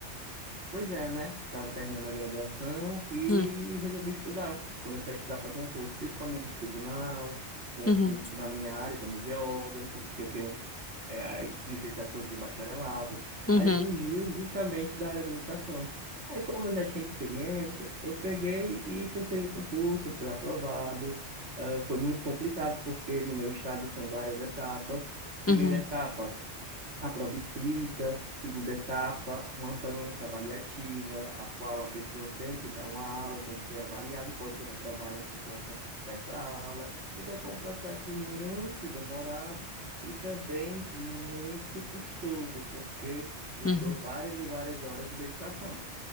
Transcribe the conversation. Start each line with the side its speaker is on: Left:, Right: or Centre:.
Right: Pois é, né? Estava terminando a graduação e
Left: Hum,
Right: resolvi estudar. começar a estudar para concurso, principalmente tribunal, concurso
Left: uhum,
Right: na minha área como geógrafo, porque eu tenho é, a licenciatura e o bacharelado.
Left: uhum,
Right: Aí surgiu justamente da área da educação. Aí, como eu já tinha experiência, eu peguei e tentei o concurso, fui aprovado. Ah, foi muito complicado, porque no meu estado são várias etapas. Primeira
Left: uhum,
Right: etapa, a prova escrita, segunda etapa, uma banca avaliativa, a qual a pessoa tem que dar uma aula, tem que ser avaliada e pode ser reprovada por conta dessa aula. Então, foi um processo muito demorado e também muito custoso, porque custou
Left: uhum.
Right: várias e várias horas de dedicação.